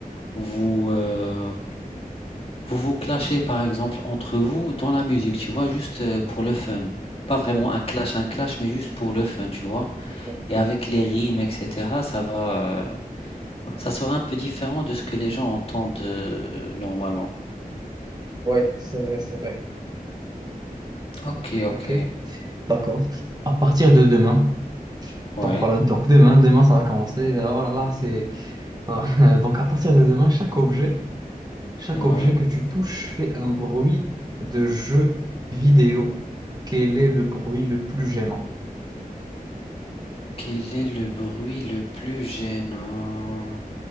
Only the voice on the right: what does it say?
Ouais,
ouais,
ouais, c'est vrai, c'est vrai.
Ok,
d'accord. à partir de demain.
Donc voilà, donc demain, demain ça va commencer. Oh là là, c'est ça va- <laughs> Donc à partir de demain, chaque objet, chaque
objet que tu touches fait un bruit de jeu vidéo. Quel est le bruit le plus gênant?